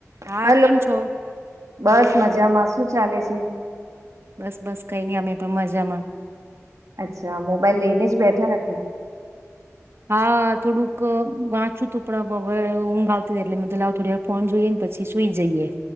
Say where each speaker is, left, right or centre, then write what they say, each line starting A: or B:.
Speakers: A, on the right; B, on the right.
A: હા
B: હલો
A: કેમ છો?
B: બસ મજામાં. શું ચાલે છે?
A: બસ બસ કઈ નઈ અમે પણ મજામાં.
B: અચ્છા મોબાઈલ લઈને જ બેઠા રાખે.
A: હા થોડુંક વાંચું તું પણ હવે ઊંઘ આવતી હતી એટલે મધાવ થોડી વાર ફોન જોઈએ ને પછી સુઈ જઈએ.